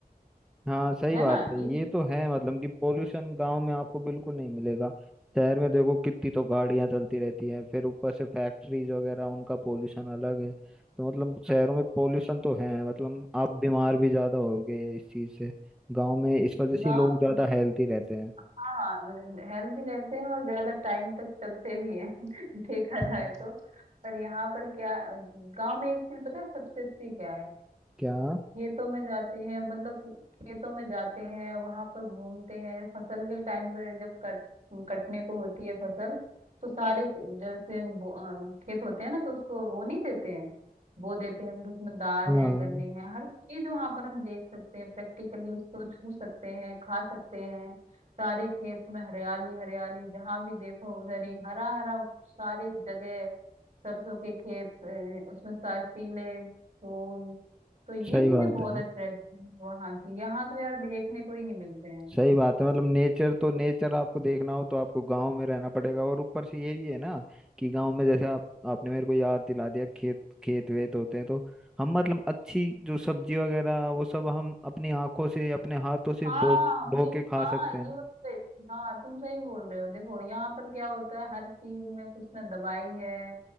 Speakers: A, in the centre; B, on the right.
A: हाँ सही
B: है
A: बात
B: ना
A: है
B: ये
A: ये तो है मतलब कि पोल्यूशन गांव में आपको बिल्कुल नहीं मिलेगा शहर में देखो कितनी तो गाड़ियां चलती रहती हैं फिर ऊपर से फैक्ट्रीज वगैरह उनका पोल्यूशन अलग है तो मतलब शहरों में पोल्यूशन तो है मतलब आप बीमार भी ज्यादा होगे इस चीज से गांव में इस वजह
B: चीज
A: से लोग ज्यादा हेल्थी रहते हैं
B: हाँ हेल्दी रहते हैं और ज्यादा टाइम तक चलते भी हैं <laughs> देखा
A: हम्म,
B: जाए तो पर यहाँ पर क्या गांव में एक चीज पता है सबसे अच्छी क्या है
A: क्या
B: खेतों में जाते हैं मतलब खेतों में जाते हैं वहां पर घूमते हैं फसल के टाइम पर जब कट कटने को होती है फसल तो सारे जैसे बो- अ, खेत होते हैं ना तो उसको वो नहीं देते हैं बो देते हैं फिर उसमें दाल
A: हाँ
B: है गन्ने हैं हर चीज वहां पर हम देख सकते हैं प्रैक्टिकली उसको छू सकते हैं खा सकते हैं सारे खेत में हरियाली हरियाली जहां भी देखो उधर ही हरा हरा सारी जगह सरसों के खेत अ, उसमें सारे पीले फूल तो ये
A: सही
B: चीजें
A: बात
B: बहुत
A: है
B: अट्रैक्टिव वहां की यहाँ तो यार देखने को ही नहीं मिलते हैं
A: सही बात है मतलब नेचर तो नेचर आपको देखना हो तो आपको गांव में रहना पड़ेगा और ऊपर से ये भी है ना कि गांव में जैसे आप आपने मेरे को याद दिला दिया खेत खेत वेत होते हैं तो हम मतलब अच्छी जो सब्जी वगैरह वो सब हम अपनी आंखों से अपने हाथों से
B: हाँ
A: बो
B: मैं
A: बो के खा
B: हाँ
A: सकते
B: ये
A: हैं
B: बात सही- हाँ तुम सही बोल रहे हो देखो यहाँ पर क्या होता है हर चीज में कुछ ना दवाई है